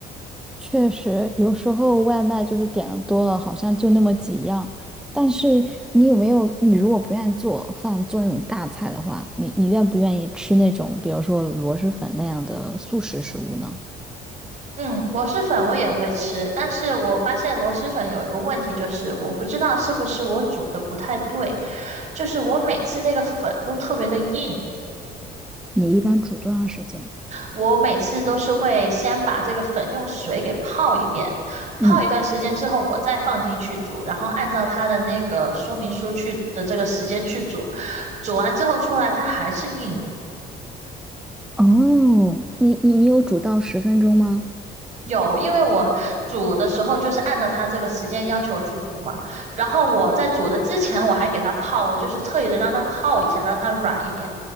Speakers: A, in the centre; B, on the right.
A: 确实有时候外卖就是点的多了，好像就那么几样。但是你有没有，你如果不愿意做饭，做那种大菜的话，你你愿不愿意吃那种，比如说螺蛳粉那样的速食食物呢？
B: 嗯，螺蛳粉我也会吃，但是我发现螺蛳粉有一个问题，就是我不知道是不是我煮的不太对，就是我每次那个粉都特别的硬，
A: 你一般煮多长时间？
B: 我每次都是会先把这个粉用水给泡一遍，泡一段时间之后我再放进去煮，
A: 嗯。
B: 然后按照它的那个说明书去的这个时间去煮，煮完之后出来它还是硬。
A: 哦，你你你有煮到十分钟吗？
B: 有，因为我煮的时候就是按照它这个时间要求去煮嘛。然后我在煮的之前，我还给它泡了，就是特意的让它泡一下，让它软一点。